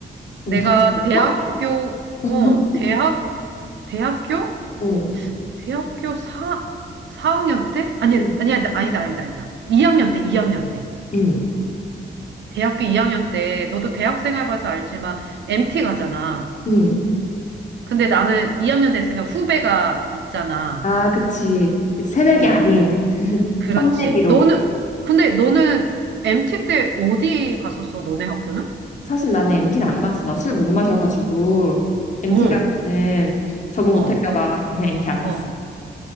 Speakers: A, on the left; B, on the right.
A: 뭔
B: 내가
A: 당첨됐어?
B: 대학교,
A: <laughs>
B: 어, 대학, 대학교?
A: 어.
B: 대학교 4, 사학년 때? 아니,
A: 음,
B: 아니, 아니다, 아니다, 아니다. 아니다. 2학년 때, 2학년 때.
A: 음,
B: 대학교 2학년 때, 너도 대학 생활 봐서 알지만, MT 가잖아.
A: 음.
B: 근데 나는 2학년 됐으니까 후배가 있잖아.
A: 아, 그치. 그치. 새내기
B: 어,
A: 아닌
B: 그렇지.
A: 혼내기로.
B: 너는, 근데 너는 MT 때 어디 갔었어, 너네 학교는?
A: 사실 나는 MT를 안 갔어. 나 술 못 마셔가지고 MT
B: 어,
A: 가면은 적응
B: 어,
A: 못할까 봐 그냥 MT 안 갔어.
B: 어.